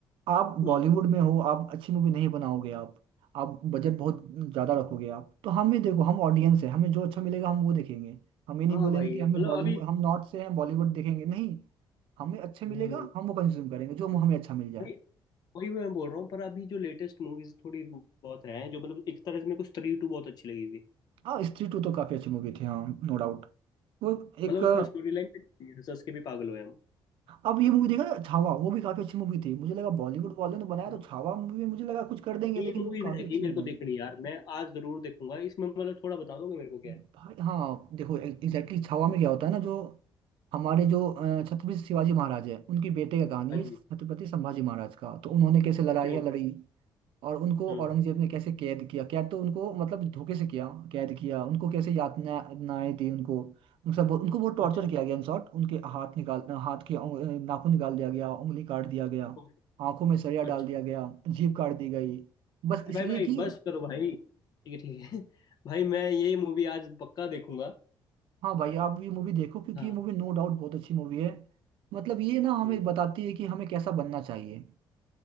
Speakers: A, on the right; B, on the left.
A: आप
B: हम्म
A: बॉलीवुड में हो आप अच्छी मूवी नहीं बनाओगे आप आप बजट बहुत ज्यादा रखोगे आप तो हम भी देखो हम ऑडियंस है हमें जो अच्छा मिलेगा हम वो देखेंगे हम ये नहीं
B: हाँ
A: बोलेंगे
B: भाई
A: कि हमें
B: मतलब
A: बॉलीवुड
B: अभी
A: हम नॉर्थ से हैं बॉलीवुड देखेंगे नहीं हमें अच्छा मिलेगा
B: हम्म
A: हम वो कंज्यूम करेंगे जो हमें अच्छा मिल जाए
B: भाई वही मैं बोल रहा हूँ पर अभी जो लेटेस्ट मूवीज थोड़ी बहुत हैं जो मतलब एक तरह से मेरे को स्त्री टू बहुत अच्छी लगी थी
A: हाँ स्त्री टू तो काफी अच्छी मूवी थी हाँ नो डाउट वो एक
B: मतलब उसमें
A: अ,
B: स्टोरी लाइन पे हंस हंस के भी पागल हुए
A: अब ये मूवी देखा है, छावा वो भी काफी अच्छी मूवी थी मुझे लगा बॉलीवुड वाले ने बनाया तो
B: हम
A: छावा मूवी मुझे लगा कुछ कर देंगे
B: ये
A: लेकिन
B: मूवी
A: काफी
B: रहेगी
A: अच्छी
B: मेरे
A: बनाई
B: को देखनी यार मैं आज जरूर देखूंगा इसमें मतलब थोड़ा बता दोगे मेरे को क्या
A: भाई
B: है
A: हाँ देखो एग्जैक्टली छावा में क्या होता है ना जो हमारे जो अ, छत्रपति शिवाजी महाराज है उनकी बेटे का कहानी
B: हाँ
A: है
B: जी
A: छत्रपति संभाजी महाराज का तो उन्होंने कैसे लड़ाइयाँ
B: Okay okay
A: लड़ी और उनको
B: हम्म
A: औरंगजेब ने कैसे कैद किया कैद तो उनको मतलब धोखे से किया कैद किया उनको कैसे यातनाएं दी उनको उन सब उनको बहुत टॉर्चर
B: अच्छा
A: किया गया इन शॉर्ट उनके हाथ निकाल हाथ के उंग- अ, नाखून निकाल दिया गया उंगली काट दिया गया
B: ओके,
A: आंखों में सरिया डाल
B: अच्छा
A: दिया गया जीभ काट दी गई बस इसलिए
B: भाई भाई
A: कि
B: बस करो भाई ठीक है ठीक है <laughs> भाई मैं ये मूवी आज पक्का देखूंगा
A: हाँ भाई आप ये मूवी देखो क्योंकि
B: हाँ
A: ये मूवी नो डाउट बहुत अच्छी मूवी है मतलब ये ना हमें
B: हम्म
A: बताती है कि हमें कैसा बनना चाहिए